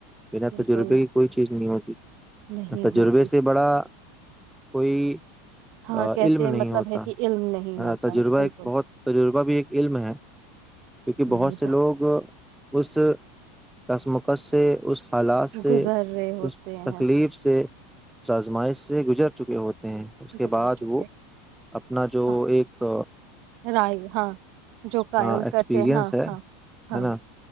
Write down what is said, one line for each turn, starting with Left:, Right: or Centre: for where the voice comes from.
Centre: میرا
Right: بالکل
Centre: تجربے کی کوئی چیز نہیں ہوتی
Right: نہیں
Centre: تجربے
Right: ہوگی
Centre: سے بڑا کوئی
Right: ہاں کہتے
Centre: علم
Right: ہیں
Centre: نہیں
Right: مطلب
Centre: ہوتا
Right: ہے کہ علم نہیں ہوتا
Centre: تجربہ
Right: بالکل
Centre: ایک بہت تجربہ بھی ایک علم ہے کیونکہ بہت
Right: نہیں
Centre: سے لوگ اس کسمکش سے اس حالات سے
Right: گزر رہے ہوتے
Centre: اس
Right: ہیں
Centre: تکلیف سے آزمائش سے گزر چکے ہو اس کے
Right: گزر
Centre: بعد
Right: چکے
Centre: وہ اپنا جو
Right: ہاں
Centre: ایک
Right: رائے ہاں جو قائم
Centre: ہاں ایکسپیرینس
Right: کرتے ہاں
Centre: ہے
Right: ہاں ہاں
Centre: نا